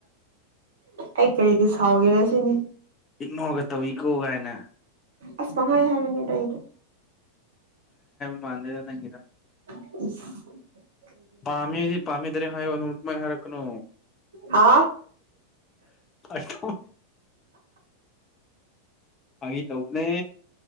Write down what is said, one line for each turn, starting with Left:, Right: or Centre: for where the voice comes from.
Right: ꯑꯩ ꯀꯔꯤꯒꯤ ꯁꯥꯎꯒꯦꯔ ꯁꯤꯅꯤ
Left: ꯏꯛꯅꯣꯔꯒ ꯇꯧꯏꯀꯣ ꯀꯥꯏꯅ
Right: ꯑꯁ ꯃꯉꯥꯏ ꯍꯅꯤꯗ ꯍꯥꯏꯗ
Left: ꯃꯥꯟꯗꯗ ꯅꯪꯒꯤꯗ
Right: ꯎ
Left: ꯄꯥꯃꯤꯗꯤ ꯄꯥꯃꯤꯗꯔꯦ ꯍꯥꯏꯌꯣ ꯅꯨꯃꯤꯛꯇ ꯃꯥ ꯍꯥꯏꯔꯛꯅꯣ
Right: ꯍꯥ
Left: ꯑꯁ ꯐꯥꯒꯤ ꯇꯧꯕꯅꯦ